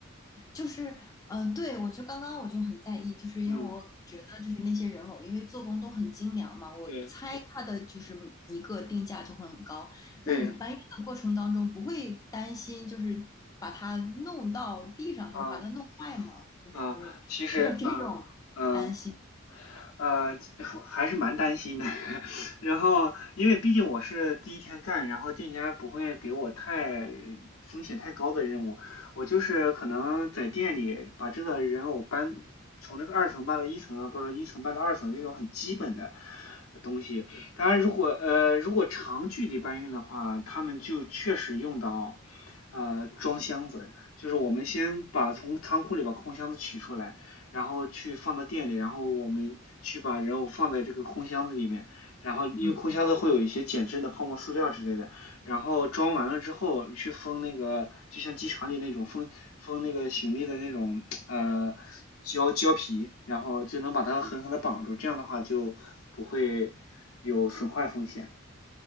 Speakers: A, on the left (about 15°); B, on the left (about 85°).
A: 就是，嗯、对，我就刚刚我就很在意，就是因为我觉得就是那些人偶，
B: 嗯，
A: 因为做工都很精良嘛，我猜它的就是一个定价就会很高。
B: 对对，
A: 那你搬运的过程当中不会担心就是把它弄到地上，
B: 啊
A: 就是把它弄坏吗？就是没有这种担心。
B: 啊，其实啊嗯。呃，还是蛮担心的。<laughs> 然后，因为毕竟我是第一天干，然后店家不会给我太风险太高的任务，我就是可能在店里把这个人偶搬从这个二层搬到一层啊，或者一层搬到二层这种很基本的东西。当然，如果呃如果长距离搬运的话，他们就确实用到呃装箱子，就是我们先把从仓库里把空箱子取出来。然后去放到店里，然后我们去把人偶放在这个空箱子里面，然后因为空箱子会有一些减震的泡沫塑料之类的，
A: 嗯，
B: 然后装完了之后去封那个，就像机场里那种封封那个行李的那种呃胶胶皮，然后就能把它狠狠的绑住，这样的话就不会有损坏风险。